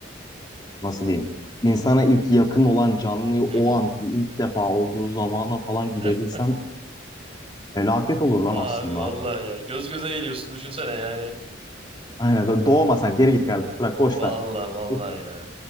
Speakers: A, on the left (about 20°); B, on the right (about 30°).
A: nasıl diyeyim insana ilk yakın olan canlıyı o
B: Hı hı.
A: anki ilk defa olduğu zamana falan
B: <laughs>
A: gidebilsen felaket olur lan
B: Abi
A: aslında.
B: vallahi ya göz göze geliyorsun düşünsene yani.
A: Aynen doğ- doğma sen geri git kardeşim bırak boş
B: Valla
A: ver.
B: valla
A: Boş ver.
B: ya.